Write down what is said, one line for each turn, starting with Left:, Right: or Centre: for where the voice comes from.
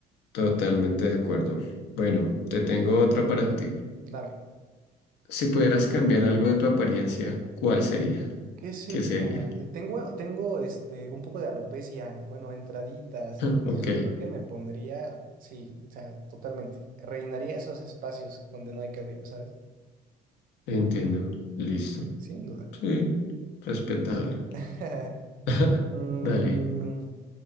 Left: Totalmente de acuerdo. Bueno, te tengo otra para ti.
Right: Dame,
Left: Si pudieras cambiar algo de tu apariencia, ¿cuál sería?
Right: ¿qué sería?
Left: ¿Qué sería?
Right: Eh, Tengo, tengo este, un poco de alopecia, bueno, entraditas,
Left: <laughs>
Right: entonces
Left: Ok,
Right: yo creo que me pondría, sí, o sea, totalmente. Rellenaría esos espacios donde no hay cabello, ¿sabes?
Left: entiendo. Listo.
Right: Sí, Sin duda.
Left: Sí, respetable.
Right: <laughs>
Left: <laughs>
Right: Mm,
Left: Dale.